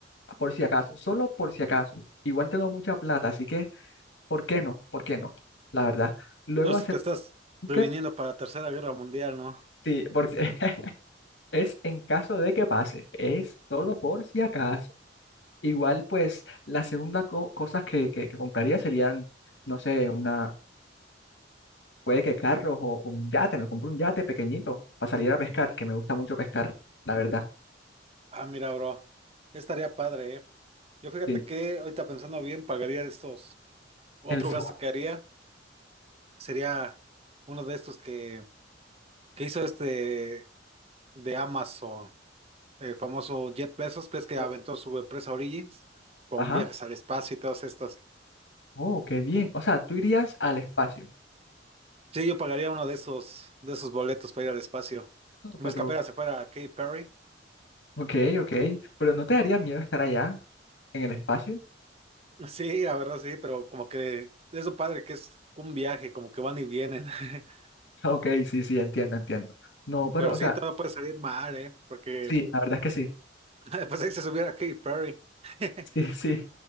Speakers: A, on the left (about 70°); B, on the right (about 35°).
A: por si acaso, solo por si acaso. Igual tengo mucha plata, así que ¿Por qué no? ¿Por qué no? La verdad. Luego
B: Tú si
A: hacer
B: te estás
A: búnker,
B: previniendo para la Tercera Guerra Mundial, ¿no?
A: sí, por si- <laughs> es en caso de que pase, es solo por si acaso. Igual, pues, la segunda co- cosas que, que, que compraría serían, no sé, una, puede que carros o, o un yate, me compro un yate pequeñito para salir a pescar, que me gusta mucho pescar, la verdad.
B: Ah, mira, bro, estaría padre, ¿eh? Yo fíjate
A: Sí.
B: que ahorita pensando bien, pagaría estos. Otro
A: El sol.
B: gasto que haría. Sería uno de estos que, que hizo este de Amazon, el famoso Jet Bezos, que que
A: ¿sí?
B: aventó su empresa Origins con
A: Ajá.
B: viajes al espacio y todos estos.
A: Oh, qué bien. O sea, tú irías al espacio.
B: Sí, yo pagaría uno de esos, de esos boletos para ir al espacio.
A: Ah,
B: ¿Ves
A: Pero,
B: que apenas se fuera a Katy Perry? <laughs>
A: ok, ok. Pero ¿no te daría miedo estar allá en el espacio?
B: Sí, la verdad sí, pero como que es lo padre que es un viaje, como que van y vienen. <laughs>
A: Ok, sí, sí, entiendo, entiendo. No, pero,
B: Pero
A: o
B: sí,
A: sea,
B: todo puede salir mal, ¿eh? Porque
A: sí, la verdad es que sí,
B: <laughs> pues ahí se subiera Katy Perry. <laughs>
A: sí, sí.